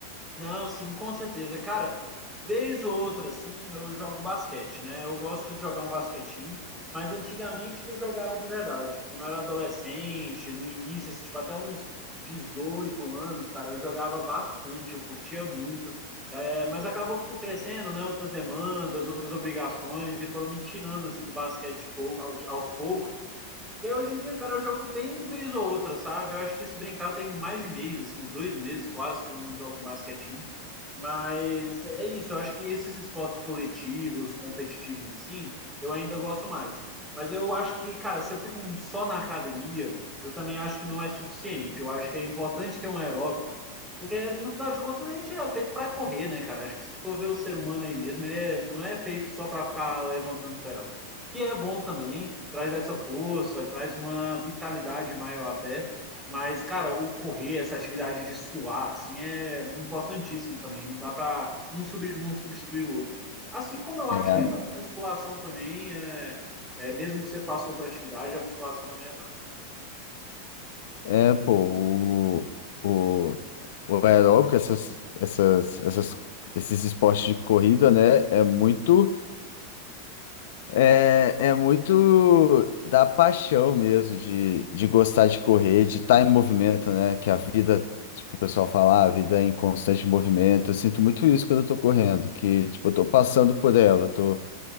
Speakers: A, in the centre; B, on the left (about 75°).
A: Não, sim, com certeza. Cara, vez ou outra, assim, eu jogo basquete, né? Eu gosto de jogar um basquetinho, mas antigamente que eu jogava de verdade. Quando eu era adolescente, no início, assim, tipo, até uns 18 anos, cara, eu jogava bastante, eu curtia muito. É, mas acabou que fui crescendo, né? Outras demandas, outras obrigações, e foram me tirando, assim, do basquete pou- ao- aos poucos. E aí, hoje em dia, cara, eu jogo bem vez ou outra, sabe? Eu acho que se brincar tem mais de mês, assim, uns dois meses quase que eu não jogo um basquetinho. Mas é isso, eu acho que esses esportes coletivos, competitivos, assim, eu ainda gosto mais. Mas eu acho que, cara, se eu fico um- só na academia, eu também acho que não é suficiente. Eu acho que é importante ter um aeróbico, porque no final de contas a gente é feito pra correr, né, cara? Acho que se for ver o ser humano aí mesmo, ele é- não é feito só pra ficar levantando ferro que é bom também, traz essa força, traz uma vitalidade maior até. Mas, cara, o correr, essa atividade de suar, assim, é importantíssimo também. Não dá para um, sub, não substituir o outro. Assim como eu acho
B: É,
A: que para musculação também, é, é, mesmo que você faça outra atividade, a musculação também é válida.
B: é, pô, o, o, o aeróbico, essas, essas, essas, esses esportes de corrida, né? É muito. É, é muito da paixão mesmo, de, de gostar de correr, de estar em movimento, né? Que a vida, tipo, o pessoal fala, "Ah, a vida é em constante movimento. Eu sinto muito isso quando eu tô correndo, que, tipo, eu tô passando por ela, eu tô,